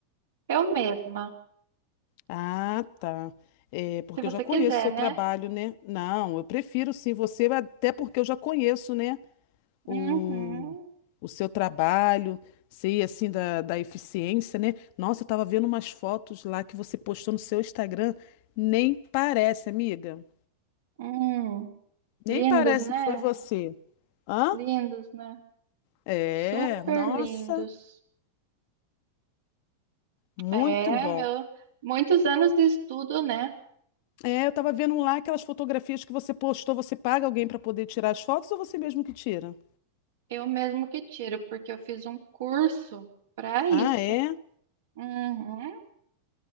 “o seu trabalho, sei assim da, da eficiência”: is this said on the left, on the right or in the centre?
Left